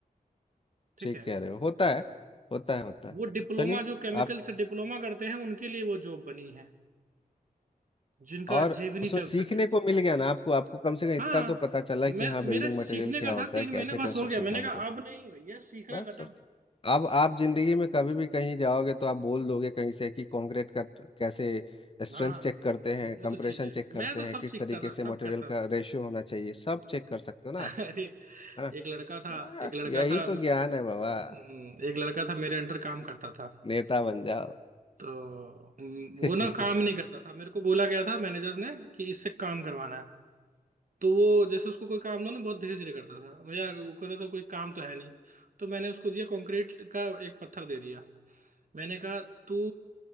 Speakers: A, on the right; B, on the left.
A: ठीक
B: ठीक
A: है
B: कह रहे हो होता है होता है होता है
A: वो डिप्लोमा
B: चलिए
A: जो केमिकल
B: आप
A: से डिप्लोमा करते हैं उनके लिए वो जॉब बनी है जिनका
B: और
A: जीवनी
B: उसमें
A: चल
B: सीखने
A: सके
B: को मिल गया ना आपको आपको कम से कम इतना
A: हाँ
B: तो पता चला
A: मैं
B: कि हाँ बिल्डिंग
A: मेरे
B: मटेरियल
A: सीखने
B: क्या
A: का
B: होता
A: था तीन
B: है कैसे
A: महीने
B: कंस्ट्रक्शन
A: बस हो गया मैंने
B: काम
A: कहा
B: करता
A: अब नहीं भैया सीखना
B: है बस
A: खत्म
B: और क्या अब आप जिंदगी में कभी भी कहीं जाओगे तो आप बोल दोगे कहीं से कि कंक्रीट का कैसे स्ट्रेंथ
A: हाँ
B: चेक करते हैं
A: वो
B: कंप्रेशन
A: तो चीज है
B: चेक करते
A: मैं तो
B: हैं
A: सब
B: किस
A: सीखता
B: तरीके
A: था
B: से
A: सब
B: मटेरियल
A: करता था
B: का रेशियो होना चाहिए सब चेक कर सकते हो
A: <laughs>
B: ना आप
A: अरे
B: है ना
A: एक लड़का था एक
B: बस
A: लड़का
B: यही
A: था
B: तो ज्ञान है बाबा
A: हम्म, एक लड़का था मेरे अंडर काम करता था
B: नेता बन जाओ
A: तो हम्म,
B: <laughs>
A: वो ना
B: हम्म,
A: काम नहीं करता था मेरे को बोला गया था मैनेजर ने कि इससे काम करवाना है तो वो जैसे उसको कोई काम दो ना बहुत धीरे धीरे करता था भैया वो कहता था कोई काम तो है नहीं तो मैंने उसको दिया कंक्रीट का एक पत्थर दे दिया मैंने कहा तू